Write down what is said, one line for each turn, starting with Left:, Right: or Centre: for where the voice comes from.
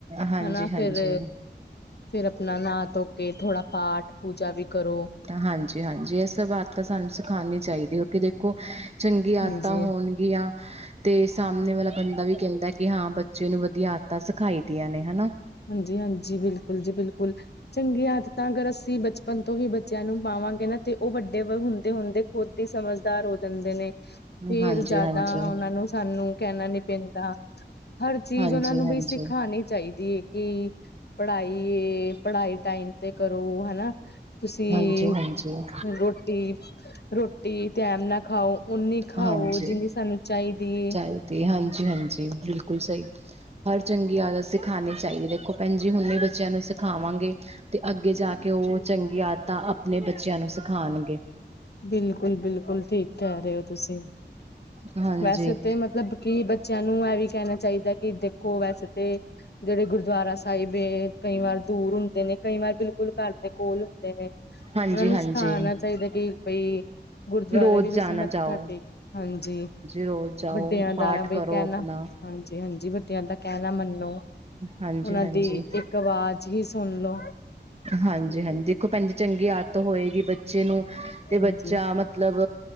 Right: ਹਾਂਜੀ-ਹਾਂਜੀ।
Left: ਹਨਾ ਫਿਰ। ਫਿਰ ਆਪਣਾ ਨਹਾ ਧੋ ਕੇ ਥੋੜਾ ਪਾਠ-ਪੂਜਾ ਵੀ ਕਰੋ।
Right: ਹਾਂਜੀ-ਹਾਂਜੀ ਇਹ ਸਭ ਆਦਤਾਂ ਸਾਨੂੰ ਸਿਖਾਣੀਆਂ ਚਾਹੀਦੀ ਐ, ਕਿ ਦੇਖੋ ਚੰਗੀ
Left: ਹਾਂਜੀ
Right: ਆਦ ਤਾਂ ਹੋਣਗੀਆਂ। ਤੇ ਸਾਹਮਣੇ ਵਾਲਾ ਬੰਦਾ ਵੀ ਕਹਿੰਦਾ ਕਿ ਹਾਂ ਬੱਚੇ ਨੂੰ ਵਧੀਆਂ ਆਦਤਾਂ ਸਿਖਾਈ ਦੀਆਂ ਨੇ ਹਨਾ।
Left: ਹਾਂਜੀ-ਹਾਂਜੀ ਬਿਲਕੁਲ ਜੀ ਬਿਲਕੁਲ। ਚੰਗੀਆਂ ਆਦਤਾਂ ਅਗਰ ਅਸੀਂ ਬਚਪਨ ਤੋਂ ਹੀ ਬੱਚਿਆਂ ਨੂੰ ਪਾਵਾਂਗੇ, ਨਾ ਤੇ ਉਹ ਵੱਡੇ ਹੁੰਦੇ। ਹੁੰਦੇ ਖੁਦ ਈ ਸਮਝਦਾਰ ਹੋ ਜਾਂਦੇ ਨੇ। ਫਿਰ
Right: ਹਾਂਜੀ
Left: ਜ਼ਿਆਦਾ
Right: ਹਾਂਜੀ
Left: ਉਹਨਾਂ ਨੂੰ ਸਾਨੂੰ ਕਹਿਣਾ ਨੀ ਪੈਂਦਾ। ਹਰ ਚੀਜ਼
Right: ਹਾਂਜੀ
Left: ਉਹਨਾਂ ਨੂੰ
Right: ਹਾਂਜੀ
Left: ਵੀ ਸਿਖਾਣੀ ਚਾਹੀਦੀ ਏ। ਕਿ, ਪੜ੍ਹਾਈ ਏ ਪੜ੍ਹਾਈ ਟਾਈਮ ਤੇ ਕਰੋ ਹਨਾ। ਤੁਸੀਂ
Right: ਹਾਂਜੀ ਹਾਂਜੀ
Left: ਰੋ ਰੋਟੀ ਟੈਮ ਨਾ ਖਾਓ ਓਨੀ ਖਾਓ
Right: ਹਾਂਜੀ
Left: ਜਿੰਨੀ ਸਾਨੂੰ ਚਾਹੀਦੀ ਏ।
Right: ਚਾਹੀਦੀ ਐ ਹਾਂਜੀ ਹਾਂਜੀ ਬਿਲਕੁਲ ਸਈ। ਹਰ ਚੰਗੀ ਆਦਤ ਸਿਖਾਨੀ ਚਾਹੀਦੀ ਆ, ਦੇਖੋ ਭੈਣ ਜੀ ਹੁਣੇ ਬੱਚਿਆਂ ਨੂੰ ਸਿਖਾਵਾਂਗੇ ਤੇ, ਅੱਗੇ ਜਾਕੇ ਉਹ ਚੰਗੀਆਂ ਆਦਤਾਂ ਆਪਣੇ ਬੱਚਿਆਂ ਨੂੰ ਸਿਖਾਣਗੇ।
Left: ਬਿਲਕੁਲ-ਬਿਲਕੁਲ ਠੀਕ ਕਹਿ ਰਹੇ ਓ ਤੁਸੀ,
Right: ਹਾਂਜੀ
Left: ਵੈਸੇ ਤੇ ਮਤਲਬ ਕੀ ਬੱਚਿਆਂ ਨੂੰ ਐ ਵੀ ਕਹਿਣਾ ਚਾਹੀਦਾ ਕਿ ਦੇਖੋ, ਵੈਸੇ ਤੇ ਜਿਹੜੇ ਗੁਰਦੁਆਰਾ ਸਾ ਹਾਏਵੇ, ਕਈ ਵਾਰ ਦੂਰ ਹੁੰਦੇ ਨੇ ਕਈ ਵਾਰ ਬਿਲਕੁਲ ਘਰ ਦੇ ਕੋਲ ਹੁੰਦੇ ਨੇ।
Right: ਹਾਂਜੀ
Left: ਉਹਨਾਂ ਨੂੰ
Right: ਹਾਂਜੀ
Left: ਸਿਖਾਣਾ ਚਾਹੀਦਾ ਕਿ, ਬਈ ਗੁਰਦੁਆਰੇ
Right: ਰੋਜ਼
Left: ਵੀ ਤੁਸੀਂ
Right: ਜਾਣਾ
Left: ਮੱਥਾ
Right: ਜਾਓ
Left: ਟੇਕ, ਹਾਂਜੀ,
Right: ਰੋਜ਼ ਜਾਓ
Left: ਵੱਡਿਆਂ
Right: ਪਾਠ
Left: ਦਾ ਬਈ
Right: ਕਰੋ
Left: ਕਹਿਨਾ
Right: ਆਪਣਾ
Left: ਹਾਂਜੀ-ਹਾਂਜੀ, ਵੱਡਿਆਂ ਦਾ ਕਹਿਣਾ ਮੰਨੋ।
Right: ਹਾਂਜੀ-ਹਾਂਜੀ।
Left: ਉਹਨਾਂ ਦੀ ਇੱਕ ਆਵਾਜ਼ ਹੀ ਸੁਣ ਲਓ
Right: ਹਾਂਜੀ-ਹਾਂਜੀ, ਦੇਖੋ ਭੈਣਜੀ ਚੰਗੀ ਆਦਤ ਹੋਏਗੀ ਬੱਚੇ ਨੂੰ, ਤੇ
Left: ਹਾਂਜੀ
Right: ਬੱਚਾ ਮਤ ਮਤਲਬ,